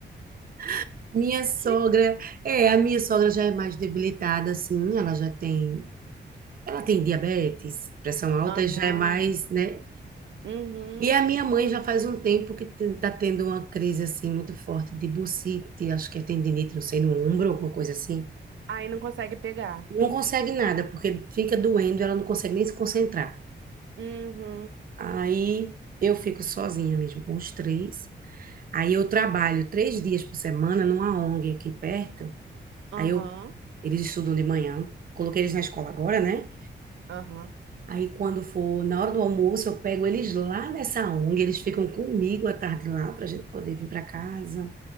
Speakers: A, on the right; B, on the right.
A: <laughs> minha sogra,
B: Que...
A: é, a minha sogra já é mais debilitada, assim, ela já tem, ela tem diabetes, pressão alta,
B: Aham.
A: e já é mais, né?
B: Uhum.
A: E a minha mãe já faz um tempo que te- tá tendo uma crise, assim, muito forte de bursite, acho que é tendinite, não sei, no ombro, alguma coisa assim.
B: Aí não consegue pegar.
A: Não consegue nada, porque fica doendo, ela não consegue nem se concentrar.
B: Uhum.
A: Aí eu fico sozinha mesmo, com os três. Aí eu trabalho três dias por semana numa ONG aqui perto.
B: Aham.
A: Aí eu, eles estudam de manhã, coloquei eles na escola agora, né?
B: Aham.
A: Aí quando for na hora do almoço, eu pego eles lá nessa ONG, eles ficam comigo à tarde lá para a gente poder vir para casa.